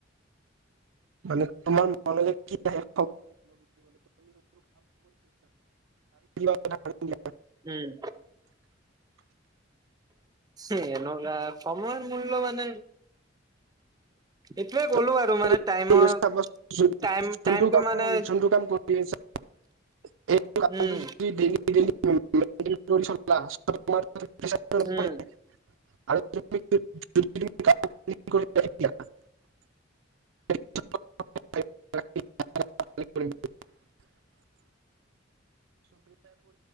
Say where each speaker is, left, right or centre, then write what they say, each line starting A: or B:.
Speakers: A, on the right; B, on the right.
A: মানে তোমাৰ মনলে কি আহে। <unintelligible> দিয়া
B: উম।
A: <unintelligible>
B: এনেকুৱা সময়ৰ মূল্য মানে।
A: <unintelligible>
B: এইটোয়ে ক'লো আৰু মানে টাইমৰ টাইম টাইমটো মানে
A: <unintelligible>
B: উম
A: <unintelligible>
B: উম
A: <unintelligible> <unintelligible>